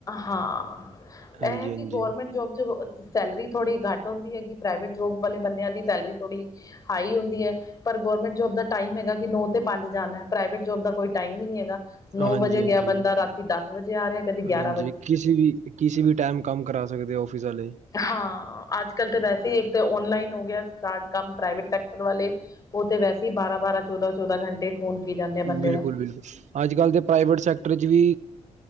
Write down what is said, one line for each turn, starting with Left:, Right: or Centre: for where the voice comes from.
Left: ਹਾਂ
Right: ਹਾਂਜੀ-ਹਾਂਜੀ,
Left: ਇਹ ਆ ਕਿ ਗੌਰੌਰਮੈਂਟ ਜੋਬ 'ਚ ਸੈਲਰੀ ਥੋੜ੍ਹੀ ਘੱਟ ਹੁੰਦੀ ਹੈਗੀ, ਪ੍ਰਾਈਵੇਟ ਜੋਬ ਵਾਲੇਆ ਬੰਦਿਆਂ ਦੀ ਸੈਲਰੀ ਥੋੜ੍ਹੀ ਹਾਈ ਹੁੰਦੀ ਹੈ ਪਰ ਗੌਰਰਮੈਂਟ ਜੋਬ ਦਾ ਟਾਈਮ ਹੈਗਾ ਕਿ ਨੌ ਤੇ ਪੰਜ ਜਾਣਾ, ਪ੍ਰਾਈਵੇਟ ਜੋਬ ਦਾ ਕੋਈ ਟਾਈਮ ਵੀ ਨੀ ਹੈਗਾ ਨੌ
Right: ਹਾਂਜੀ-ਹਾਂਜੀ,
Left: ਵਜੇ ਗਿਆ ਬੰਦਾ
Right: ਹਾਂਜੀ
Left: ਰਾਤੀ ਦਸ ਵਜੇ ਆ ਰਿਹਾ, ਕਦੀ ਗਿਆਰ
Right: ਹਾਂਜੀ ਕਿਸੀ ਵੀ ਕਿਸੀ ਵੀ ਟਾਈਮ ਕੰਮ ਕਰਾ ਸਕਦੇ ਹੋ ਆਫਿਸ ਆਲੇ
Left: ਹਾਂ ਅੱਜ ਕੱਲ੍ਹ ਤਾਂ ਵੈਸੇ ਹੀ ਇੱਕ ਤਾਂ ਔਨਲਾਈਨ ਹੋ ਗਿਆ ਸਟਾਰਟ ਕੰਮ ਪ੍ਰਾਈਵੇਟ ਸੈਕਟਰ ਵਾਲੇ ਉਹ ਤੇ ਵੈਸੇ ਈ ਬਾਰਾਂ-ਬਾਰਾਂ ਚੌਦਾਂ-ਚੌਦਾਂ ਘੰਟੇ ਖੂਨ ਪੀ ਜਾਂਦੇ ਆ ਬੰਦੇ
Right: ਬਿਲਕੁਲ
Left: ਦਾ
Right: ਬਿਲਕੁਲ <unintelligible> ਅੱਜ ਕੱਲ੍ਹ ਦੇ ਪ੍ਰਾਈਵੇਟ ਸੈਕਟਰ ਚ ਵੀ